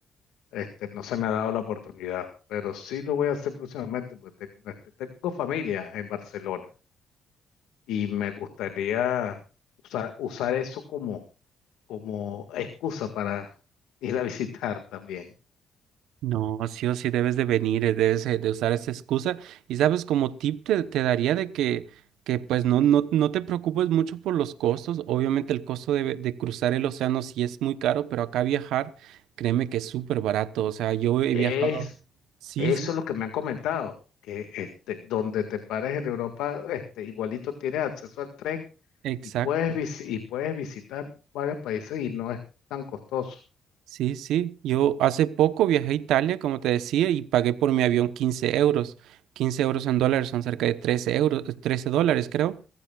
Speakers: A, on the left; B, on the right.
A: este, no se me ha dado la oportunidad, pero sí lo voy a hacer próximamente, porque tengo, este, tengo familia en Barcelona y me gustaría usar, usar eso como como excusa para <laughs> ir a visitar también.
B: No, sí o sí debes de venir, eh, debes eh, de usar esa excusa. Y sabes, como tip te, te daría de que, que pues no, no, no te preocupes mucho por los costos. Obviamente el costo de, de cruzar el océano sí es muy caro, pero acá viajar, créeme que es súper barato. O sea, yo
A: Es,
B: he viajado. Sí,
A: eso
B: sí,
A: es lo que me han comentado, que este, donde te pares en Europa, este, igualito tienes acceso al tren
B: exacto.
A: y puedes, visi- y puedes visitar varios países y no es tan costoso.
B: Sí, sí. Yo hace poco viajé a Italia, como te decía, y pagué por mi avión 15 euros. 15 euros en dólares son cerca de 13 euros, 13 dólares, creo.